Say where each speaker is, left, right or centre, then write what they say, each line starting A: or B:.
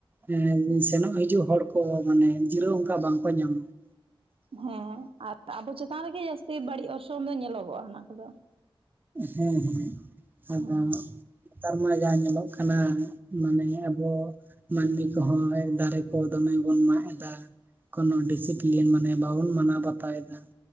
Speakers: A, on the right (about 20°); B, on the right (about 80°).
A: ᱮᱸ ᱥᱮᱱᱚᱜ ᱦᱤᱡᱩᱜ ᱦᱚᱲ ᱠᱚ ᱢᱟᱱᱮ ᱡᱤᱨᱟᱹᱣ ᱚᱱᱠᱟ ᱵᱟᱝᱠᱚ ᱧᱟᱢᱟ ᱾
B: ᱦᱮᱸ ᱟᱨ ᱟᱵᱚ ᱪᱮᱛᱟᱱ ᱨᱮᱜᱮ ᱡᱟᱹᱥᱛᱤ ᱵᱟᱹᱲᱤᱡ ᱚᱨᱥᱚᱝ ᱫᱚ ᱧᱮᱞᱚᱜᱚᱜᱼᱟ ᱚᱱᱟ ᱠᱚᱫᱚ ᱾
A: ᱦᱮᱸ ᱦᱮᱸ ᱟᱫᱚ
B: ᱦᱮᱸ
A: ᱱᱮᱛᱟᱨ ᱢᱟ ᱡᱟ ᱧᱮᱞᱚᱜ ᱠᱟᱱᱟ ᱢᱟᱱᱮ ᱟᱵᱚ ᱢᱟᱹᱱᱢᱤ ᱠᱚᱦᱚᱸ ᱦᱚᱸᱜᱼᱚᱭ ᱫᱟᱨᱮ ᱠᱚ ᱫᱚᱢᱮ ᱵᱚᱱ ᱢᱟᱜ ᱮᱫᱟ᱾ ᱠᱳᱱᱚ ᱰᱤᱥᱤᱯᱞᱤᱱ ᱢᱟᱱᱮ ᱵᱟᱵᱚᱱ ᱢᱟᱱᱟᱣ ᱵᱟᱛᱟᱣ ᱮᱫᱟ ᱾